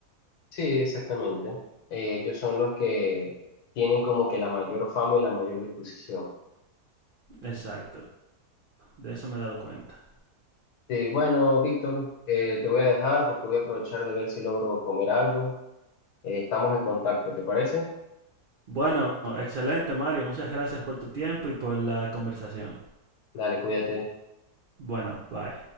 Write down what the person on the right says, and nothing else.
Exacto, de eso me he dado cuenta.
Bueno, excelente Mario, muchas gracias por tu tiempo y por la conversación.
Bueno, bye.